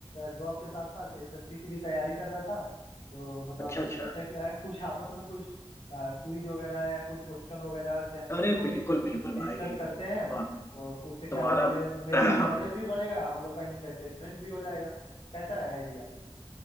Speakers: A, on the left; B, on the left.
A: जॉब के साथ साथ एसएससी की भी तैयारी कर रहा था तो मतलब
B: अच्छा अच्छा
A: ऐसा क्या है कुछ आपस में कुछ क्विज वगैरह या कुछ क्वेश्चन वगैरह या कोई
B: अरे
A: टॉपिक
B: बिल्कुल बिल्कुल
A: डिस्कस
B: भाई
A: करते हैं
B: हाँ,
A: और उससे क्या
B: तुम्हारा
A: होगा कि मे, मेरा
B: <clears throat>
A: भी नॉलेज भी बढ़ेगा हम लोग का इंटरटेनमेंट भी हो जाएगा कैसा है आइडिया